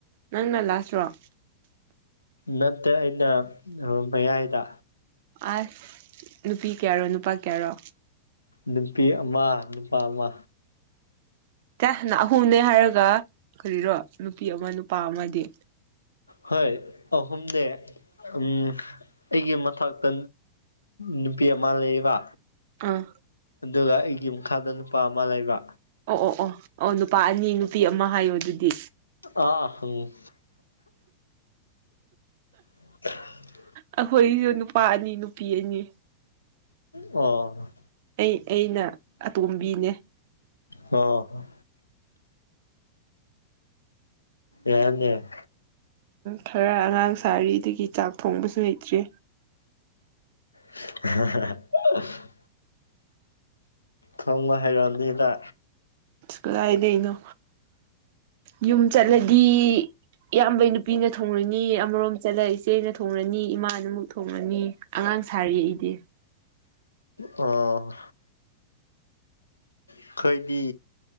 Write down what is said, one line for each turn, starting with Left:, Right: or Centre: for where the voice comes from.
Right: ꯅꯪꯅ ꯂꯥꯁꯔꯣ
Left: ꯅꯠꯇꯦ ꯑꯩꯅ ꯃꯌꯥꯏꯗ
Right: ꯑꯥꯁ ꯅꯨꯄꯤ ꯀ꯭ꯌꯥꯔꯣ ꯅꯨꯄꯥ ꯀ꯭ꯌꯥꯔꯣ
Left: ꯅꯨꯄꯤ ꯑꯃꯥ ꯅꯨꯄꯥ ꯑꯃ
Right: ꯑꯦ ꯑꯍꯨꯝꯅꯦ ꯍꯥꯏꯔꯒ ꯀꯔꯤꯔꯣ ꯅꯨꯄꯤ ꯑꯃ ꯅꯨꯄꯥ ꯑꯃꯗꯤ
Left: ꯍꯣꯏ ꯑꯍꯨꯝꯅꯦ ꯑꯩꯒꯤ ꯃꯊꯛꯇ ꯅꯨꯄꯤ ꯑꯃ ꯂꯩꯕ
Right: ꯑꯥ
Left: ꯑꯗꯨꯒ ꯑꯩꯒꯤ ꯃꯈꯥꯗ ꯅꯨꯄꯥ ꯑꯃ ꯂꯩꯕ
Right: ꯑꯣ ꯑꯣ ꯑꯣ ꯑꯣ ꯅꯨꯄꯥ ꯑꯅꯤ ꯅꯨꯄꯤ ꯑꯃ ꯍꯥꯏꯌꯣ ꯑꯗꯨꯗꯤ
Left: ꯑ ꯑ ꯍꯪꯉꯨ <inaudible>
Right: ꯑꯩꯈꯣꯏꯁꯨ ꯅꯨꯄꯥ ꯑꯅꯤ ꯅꯨꯄꯤ ꯑꯅꯤ
Left: ꯑꯣ
Right: ꯑꯩ ꯑꯩꯅ ꯑꯇꯣꯝꯕꯤꯅꯦ
Left: ꯍꯥ ꯑꯦꯟꯅ <unintelligible>
Right: ꯈꯔ ꯑꯉꯥꯡ ꯁꯥꯔꯤ ꯑꯗꯒꯤ ꯆꯥꯛ ꯊꯣꯡꯕꯁꯨ ꯍꯩꯇ꯭ꯔꯤ
Left: <unintelligible> ꯊꯣꯡꯕ ꯍꯩꯔꯝꯅꯤꯗ
Right: ꯀꯗꯥꯏꯗꯩꯅꯣ ꯌꯨꯝ ꯆꯠꯂꯗꯤ ꯏꯌꯥꯝꯕꯩ ꯅꯨꯄꯤꯅ ꯊꯣꯡꯂꯅꯤ ꯑꯃꯔꯣꯝ ꯆꯠꯂ ꯏꯆꯦꯅ ꯊꯣꯡꯂꯅꯤ ꯏꯃꯥꯅ ꯑꯃꯨꯛ ꯊꯣꯡꯂꯅꯤ ꯑꯉꯥꯡ ꯁꯥꯔꯤ ꯑꯩꯗꯤ
Left: ꯑꯣ ꯑꯩꯈꯩꯗꯤ